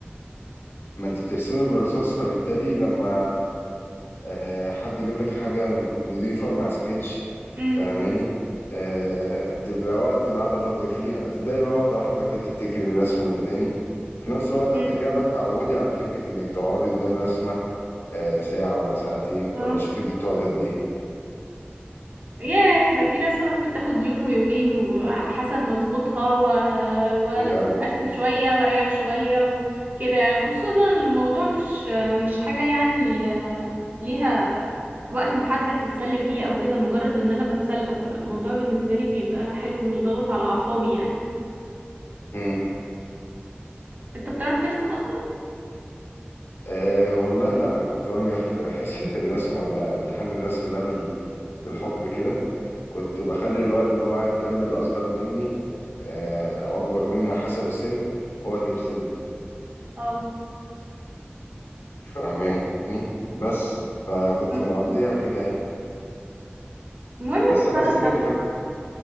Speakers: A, on the left; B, on the right.
A: ما انت بترسمي بالرصاص فبالتالي لما آه، حد يجيب لك حاجه نضيفه مع سكتش
B: امم
A: فاهماني آه، تبقى وقت تبقى قاعده فاضيه فيه هتبداي بقى واحده واحده كده تفتكري الرسم من تاني في نفس الوقت
B: امم
A: هترجعي بقى تتعودي على فكره انك تقعدي قدام رسمه آه، ساعه ولا ساعتين ولا
B: اه
A: شوفي انت بتقعدي قد ايه
B: ياه ده في رسمة ممكن تاخد يوم ويومين وعلى حسب مظبوطها و... ولا
A: كتير قوي
B: ارسم شوية واريح شوية وكده يعني خصوصا الموضوع مش مش حاجة يعني آه، ليها وقت محدد تتسلم فيه او كده مجرد ان انا بتسلى فالموضوع بالنسبة لي بيبقى حلو ومش ضاغط على اعصابي يعني
A: امم
B: انت بتعرف ترسم اصلا
A: أه والله لا انا كنت بنجح في <laughs> حصه الرسم ولا امتحان الرسم ده بال... بالحب كده كنت بخلي الواد اللي هو قاعد جنبي الأصغر مني آه، أو أكبر مني على حسب السن هو اللي يرسم لي
B: اه
A: فاهماني بس فكنت
B: مم.
A: مقضيها كده يعني
B: المهم
A: بس
B: تتصرف
A: أنا الصيف
B: نفسك
A: اللي فات